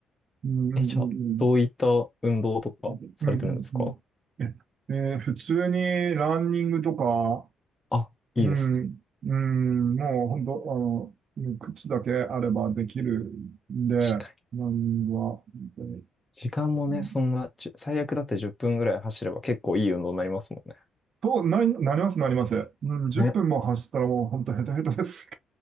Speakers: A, on the right; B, on the left.
A: うん、うん、う
B: え、じゃあ、どういった運動とかされてるんですか
A: ん、うん。うん、うん、うん。え、えー普通にランニングとか、
B: あ、いいですね。
A: うん、うん、もう本当、あの、うん靴だけあればできるんで、ランニングは、
B: 確かに。
A: 本当に。
B: 時間もね、
A: うん
B: そんな、じゅ最悪だって10分ぐらい走れば結構いい運動になりますもんね。
A: と、なり、なります、なります。うん、10分も走ったらもう本当ヘトヘトです。
B: ね。